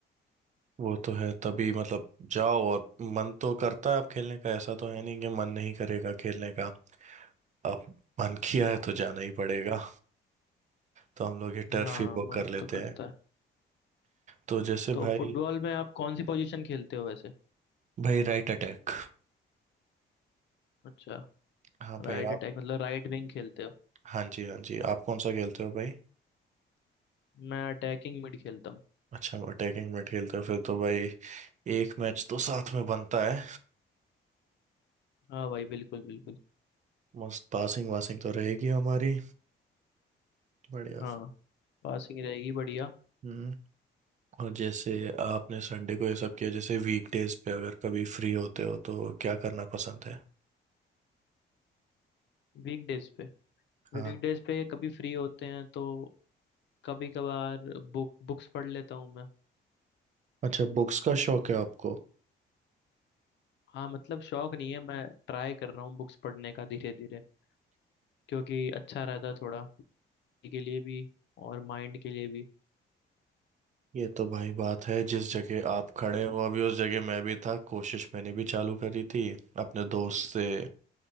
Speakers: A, on the right; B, on the left.
A: वो तो है तभी मतलब जाओ और मन तो करता है आप खेलने का ऐसा तो है नहीं कि मन नहीं करेगा खेलने का अब मन किया है तो जाना ही पड़ेगा तो हम लोग ये टर्फ
B: हाँ
A: ही बुक
B: मन
A: कर लेते
B: तो करता
A: हैं
B: है
A: तो जैसे
B: तो
A: भाई
B: फुटबॉल में आप कौन सी पोजीशन खेलते हो वैसे
A: भाई राइट अटैक
B: अच्छा
A: हाँ
B: राइट
A: भाई
B: अटैक
A: आप
B: मतलब राइट विंग खेलते हो
A: हाँ जी हाँ जी आप कौन सा खेलते हो भाई
B: मैं अटैकिंग मिड खेलता हूँ
A: अच्छा अटैकिंग में खेलते हो फिर तो भाई एक मैच तो साथ में बनता है
B: हाँ भाई बिल्कुल बिल्कुल
A: मस्त पासिंग वासिंग तो रहेगी हमारी बढ़िया
B: हाँ पासिंग रहेगी बढ़िया
A: हम्म और जैसे आपने संडे को ये सब किया जैसे वीकडेज पे अगर कभी फ्री होते हो तो क्या करना पसंद है
B: वीकडेज पे
A: हाँ
B: वीकडेज पे कभी फ्री होते हैं तो कभी कभार बुक बुक्स पढ़ लेता हूँ मैं
A: अच्छा बुक्स का शौक है आपको
B: हाँ मतलब शौक नहीं है मैं ट्राई कर रहा हूँ बुक्स पढ़ने का धीरे धीरे क्योंकि अच्छा रहता है थोड़ा body के लिए भी और माइंड के लिए भी
A: ये तो भाई बात है जिस जगह आप खड़े हो अभी उस जगह मैं भी था कोशिश मैंने भी चालू करी थी अपने दोस्त से